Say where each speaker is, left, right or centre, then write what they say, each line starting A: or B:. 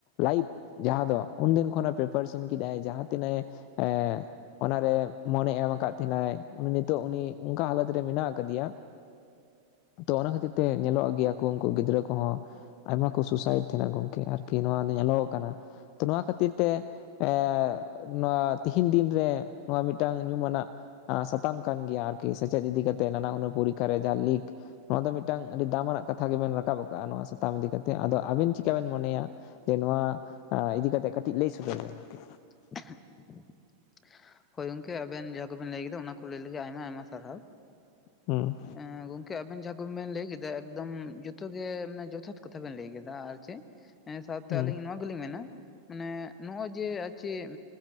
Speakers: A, on the left; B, on the left.
A: ᱞᱟᱭᱤᱯᱷ ᱡᱟᱦᱟᱸ ᱫᱚ ᱩᱱᱫᱤᱱ ᱠᱷᱚᱱᱮ ᱯᱨᱤᱯᱟᱨᱮᱥᱟᱱ ᱠᱮᱫᱟᱭ ᱡᱟᱦᱟᱸ ᱛᱤᱱᱟᱹᱜ ᱮᱸ ᱚᱱᱟᱨᱮ ᱢᱚᱱᱮ ᱮᱢ ᱠᱟᱫ ᱛᱟᱦᱮᱸᱱᱟᱭ ᱩᱱᱤ ᱱᱤᱛᱚᱜ ᱩᱱᱤ ᱚᱝᱠᱟ ᱦᱟᱞᱚᱛ ᱨᱮ ᱢᱮᱱᱟᱜ ᱠᱟᱫᱮᱭᱟ ᱛᱚ ᱚᱱᱟ ᱠᱷᱟᱹᱛᱤᱨ ᱛᱮ ᱧᱮᱞᱚᱜ ᱜᱮᱭᱟ ᱠᱚ ᱩᱝᱠᱩ ᱜᱤᱫᱽᱨᱟᱹ ᱠᱚᱦᱚᱸ ᱟᱭᱢᱟ ᱠᱚ ᱥᱩᱭᱥᱟᱭᱤᱰ ᱛᱟᱦᱮᱸᱱᱟ ᱜᱚᱢᱠᱮ ᱟᱨᱠᱤ ᱱᱚᱣᱟ ᱫᱚ ᱧᱮᱞᱚᱜ ᱠᱟᱱᱟ ᱛᱚ ᱱᱚᱣᱟ ᱠᱷᱟᱹᱛᱤᱨ ᱛᱮ ᱮᱸ ᱱᱚᱣᱟ ᱛᱮᱦᱤᱧ ᱫᱤᱱᱨᱮ ᱱᱚᱣᱟ ᱢᱤᱫᱴᱟᱝ ᱧᱩᱢᱟᱱᱟᱜ ᱟᱸ ᱥᱟᱛᱟᱢ ᱠᱟᱱ ᱜᱮᱭᱟ ᱟᱨᱠᱤ ᱥᱮᱪᱮᱫ ᱤᱫᱤ ᱠᱟᱛᱮᱜ ᱱᱟᱱᱟ ᱦᱩᱱᱟᱹ ᱯᱚᱨᱤᱠᱠᱷᱟ ᱨᱮ ᱡᱟᱦᱟᱸ ᱞᱤᱠ ᱱᱚᱣᱟ ᱫᱚ ᱢᱤᱫᱴᱟᱱ ᱟᱹᱰᱤ ᱫᱟᱢᱟᱱᱟᱜ ᱠᱟᱛᱷᱟ ᱜᱮᱵᱮᱱ ᱨᱟᱠᱟᱵ ᱠᱟᱜᱼᱟ ᱱᱚᱣᱟ ᱥᱟᱛᱟᱢ ᱤᱫᱤ ᱠᱟ ᱠᱟᱛᱮᱫ ᱟᱫᱚ ᱟᱵᱤᱱ ᱪᱤᱠᱟ ᱵᱮᱱ ᱢᱚᱱᱮᱭᱟ ᱡᱮ ᱱᱚᱣᱟ ᱤᱫᱤ ᱠᱟᱛᱮᱜ ᱠᱟᱹᱴᱤᱡ ᱞᱟᱹᱭ ᱥᱚᱫᱚᱨ ᱵᱮᱱ ᱟᱨᱠᱤ᱾
B: <unintelligible> ᱦᱳᱭ ᱜᱚᱝᱠᱮ ᱟᱵᱮᱱ ᱡᱟᱦᱟᱸ ᱠᱚᱵᱮᱱ ᱞᱟᱹᱭ ᱠᱮᱫᱟ ᱚᱱᱟᱠᱩ ᱞᱟᱹᱭ ᱞᱟᱹᱜᱤᱫ ᱟᱭᱢᱟ ᱟᱭᱢᱟ ᱥᱟᱨᱦᱟᱣ,
A: ᱦᱩᱸ᱾
B: ᱦᱮᱸ ᱜᱚᱝᱠᱮ ᱟᱵᱮᱱ ᱡᱟᱦᱟᱸ ᱠᱚᱵᱮᱱ ᱞᱟᱹᱭ ᱠᱮᱫᱟ ᱮᱠᱫᱚᱢ ᱡᱷᱚᱛᱚ ᱜᱮ ᱡᱚᱛᱷᱟᱛ ᱠᱟᱛᱷᱟ ᱵᱮᱱ ᱞᱟᱹᱭ ᱠᱮᱫᱟ, ᱟᱨ ᱪᱮᱫ ᱮᱸ ᱥᱟᱶᱛᱮ
A: ᱦᱩᱸ
B: ᱟᱹᱞᱤᱧ ᱱᱚᱣᱟ ᱜᱮᱞᱤᱧ ᱢᱮᱱᱟ ᱢᱟᱱᱮ ᱱᱚᱜᱼᱚᱭ ᱡᱮ ᱟᱨ ᱪᱮᱫ